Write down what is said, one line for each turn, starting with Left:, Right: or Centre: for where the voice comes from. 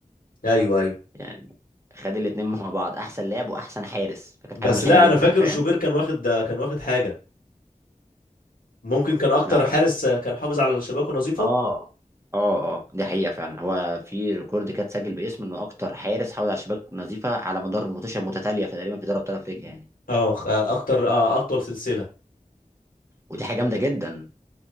Left: ايوه ايوه
Right: يعني خد الاثنين مع بعض احسن لاعب واحسن حارس فكانت
Left: بس
Right: حاجه مضحكه
Left: لا
Right: جدا
Left: انا فاكر
Right: فاهم
Left: شوبير كان واخد آه، كان واخد حاجه ممكن كان اكتر
Right: لا لا
Left: حارس
Right: لا
Left: آه، كان حافظ على شباكه نظيفه
Right: اه اه اه دي حقيقه فعلا هو في ريكورد كده اتسجل باسمه انه اكتر حارس حافظ على شباك نظيفه على مدار ماتشات متتاليه في تقريبا في دوري ابطال افريقيا يعني
Left: اه آه، اكتر آه، اطول سلسله
Right: ودي حاجه جامده جدا